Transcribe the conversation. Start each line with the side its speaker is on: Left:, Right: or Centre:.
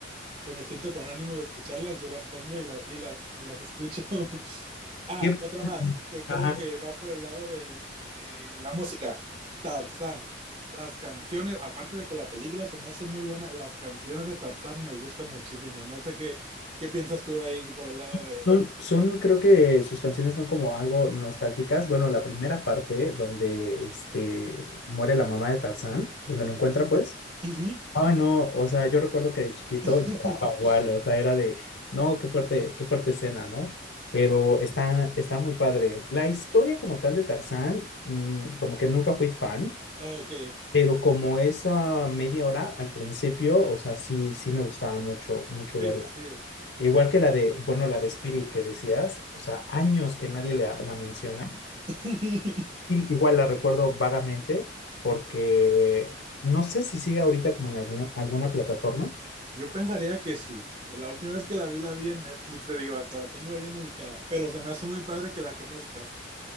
Right: que me siento con ánimo de escucharlas, yo las pongo y, la- y las, y las escucho. <laughs> Ah,
Left: Sí,
Right: otra más, que creo
Left: Ajá.
Right: que va por el lado de, de la música. Tarzán. Las canciones, aparte de que la película se me hace muy buena, las canciones de Tarzán me gustan muchísimo. No sé qué, qué piensas tú ahí por el lado de...
Left: Son, son, creo que sus canciones son como algo nostálgicas. Bueno, la primera parte donde este, muere la mamá de Tarzán, donde lo encuentra, pues.
Right: Ujú.
Left: Ay, no, o sea, yo recuerdo que de chiquito
Right: <laughs>
Left: lloraba igual, o sea, era de, no, qué fuerte, qué fuerte escena, ¿no? Pero está, está muy padre. La historia como tal de Tarzán, mm, como que nunca fui fan,
Right: Ok,
Left: pero como esa media hora al principio, o sea, sí, sí me gustaba mucho, mucho
Right: sí,
Left: verla.
Right: sí, sí.
Left: Igual que la de, bueno, la de Spirit que decías, o sea, años que nadie la, la menciona,
Right: <laughs>
Left: y- igual la recuerdo vagamente, porque no sé si sigue ahorita como en alguna, alguna plataforma.
Right: Yo pensaría que sí. La última vez que la vi, la vi en Netflix, te digo, hasta la tengo bien ubicada. Pero se me hace muy padre que la conozcas.